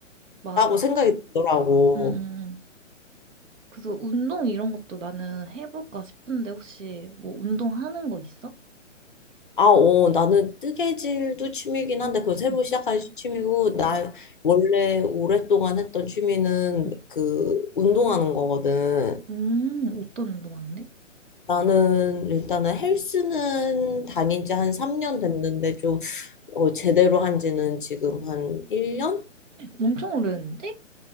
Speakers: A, on the right; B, on the left.
A: 맞아.
B: 생각이 들더라고.
A: 응, 응, 응. 그래서 운동 이런 것도 나는 해볼까 싶은데 혹시 뭐 운동하는 거 있어?
B: 아, 어, 나는 뜨개질도 취미긴 한데 그건 새로
A: 응,
B: 시작한 취미고 나
A: 응,
B: 원래 오랫동안 했던 취미는
A: 응.
B: 그 운동하는 거거든.
A: 음, 어떤 운동 하는데?
B: 나는 일단은 헬스는 다닌 지 한 3년 됐는데 좀 어, 제대로 한 지는 지금 한 1년?
A: 엄청 오래됐는데?